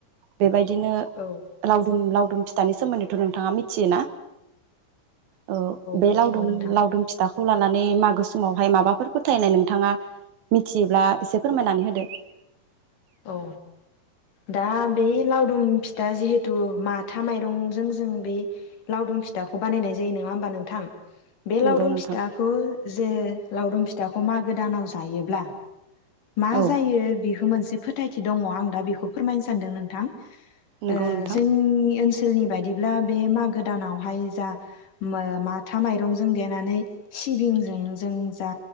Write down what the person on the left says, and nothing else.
औ
मोनथिगौ
नोंथां
औ दा बे लावदुम फिथा जिहेथु माथा माइरंजों जों बे लावदुम फिथाखौ बानायनाय जायो नङा होमबा नोंथां। बे लावदुम
फिथाखौ जे लावदुम फि फिथाखौ मागो दानाव जायोब्ला मा
जायो बेखौ मोनसे फोथायथि दंङ आं दा बेखौ फोरमायनो सान्दों नोंथां।
ओ
जोंनि ओनसोल ओसोलनि बायदिब्ला बे मागो दानावहाय जा मो माथा माइरंजों देनानै सिबिंजों जों जा